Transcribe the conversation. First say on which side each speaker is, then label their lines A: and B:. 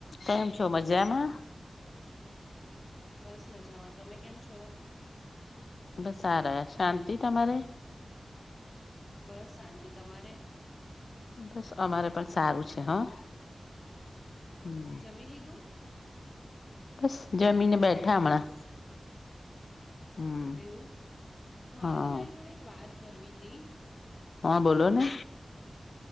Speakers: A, on the left; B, on the left.
A: કેમ છો મજામાં?
B: બસ મજામાં. તમે કેમ છો?
A: બસ સારા શાંતિ તમારે
B: બસ શાંતિ તમારે
A: બસ અમારે પણ સારું છે હા હમ
B: જમી લીધું
A: બસ જમીને બેઠા હમણાં હમ
B: એવું મારે
A: હા
B: તમારી જોડે એક વાત કરવી હતી
A: હા બોલો ને